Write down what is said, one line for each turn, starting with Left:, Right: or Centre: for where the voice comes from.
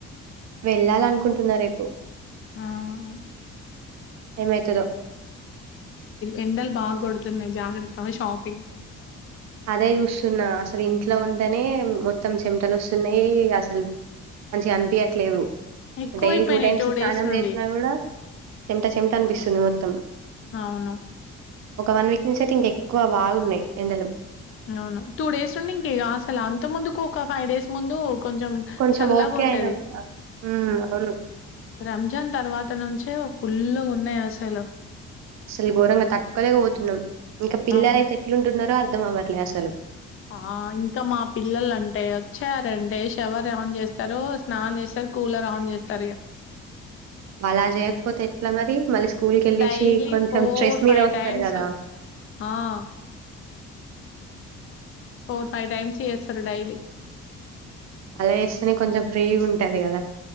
Right: వెళ్ళాలనుకుంటున్న రేపు
Left: ఆహా
Right: ఎమైతదో
Left: ఎండల్ బాగా గోడుతున్నాయి. జాగ్రత్త షోపింగ్
Right: అదే చూస్తున్నా అసలు ఇంట్లో ఉంటేనే మొత్తం చెమటలు వస్తున్నాయి. అసలు మంచిగా అనిపియట్లేదు
Left: ఎక్కువైపోయినాయి
Right: డైలీ టూ టైమ్స్ స్నానం
Left: డేస్ నుండి.
Right: చేసినా కూడా చెమట చెమట అనిపిస్తుంది. మొత్తం
Left: అవును.
Right: ఒక వన్ వీక్ నుంచి అయితే ఇంకా ఎక్కువ బాగున్నాయి. ఎండలు
Left: అవును టూ డేస్ ఉండి ఇంతేగా అసలు అంత ముందు కోకా ఫైవ్ డేస్ ముందు కొంచెం
Right: కొంచెం
Left: చల్లగా
Right: ఓకే
Left: ఉండేది.
Right: అయినా. ఆ! హ్మ్. అవును.
Left: రంజాన్ తర్వాత నుంచే ఫుల్ గా ఉన్నాయి అసలు
Right: అసలు ఘోరంగా తట్టుకోలేక పోతున్నాం. ఇంకా పిల్లలు
Left: అవును.
Right: అయితే ఎట్లు ఉంటున్నారో అ అర్ధం అవ్వట్లే అసలు
Left: ఆ ఇంకా మా పిల్లలు అంటే వచ్చారంటే షవర్ ఆన్ చేస్తారు స్నానం చేస్తారు. కూలర్ ఆన్ చేస్తారు. ఇగా
Right: అలా చేయకపోతే ఎట్లా మరి మళ్ళీ స్కూల్ కేళ్ళేసి
Left: డైలీ
Right: కొంచెం స్ట్రెస్ మీద వస్తారు.
Left: టైమ్స్
Right: కదా
Left: ఆ! ఫోర్ ఫైవ్ టైమ్స్ చేస్తారు డైలీ
Right: అలా చేేస్తేనే కొంచెం ఫ్రీ ఉంటది. కదా